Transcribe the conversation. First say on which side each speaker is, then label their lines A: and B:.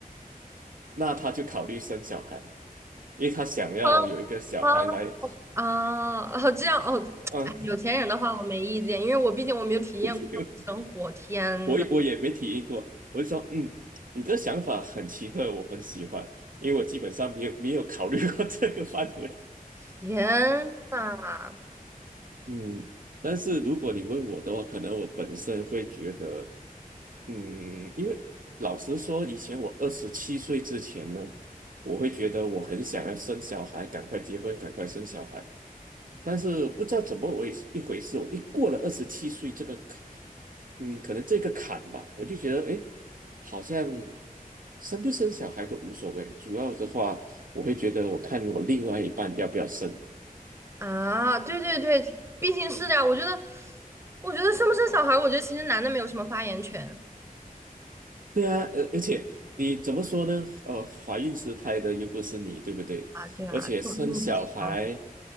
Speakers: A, on the right (about 65°); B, on the right (about 15°).
A: 那他就考虑生小孩，因为他想要有一个小孩来，
B: 啊啊啊！哦这样哦，
A: 啊，
B: 哎，有钱人的话我没意见，因为我毕竟我没有体验过那种生活。
A: <laughs>
B: 天呐，
A: 我也我也没体验过，我就说，嗯，你的想法很奇特，我很喜欢，因为我基本上没有没有考虑过 <laughs> 这个范围。
B: 天呐，
A: 嗯 <laughs> 但是如果你问我的话，可能我本身会觉得，嗯，因为老实说，以前我二十七岁之前呢，我会觉得我很想要生小孩，赶快结婚，赶快生小孩。但是不知道怎么回一回事，我一过了二十七岁这个嗯，可能这个坎吧，我就觉得，哎，好像生不生小孩都无所谓，主要的话，我会觉得，我看我另外一半要不要生。
B: 啊，对对对，毕竟是的呀。我觉得，我觉得生不生小孩，我觉得其实男的没有什么发言权
A: 对啊，而而且你怎么说呢？呃，怀孕时胎的又不是你，对不对？
B: 啊。对啊，
A: 而且生小孩，
B: 又不是你生。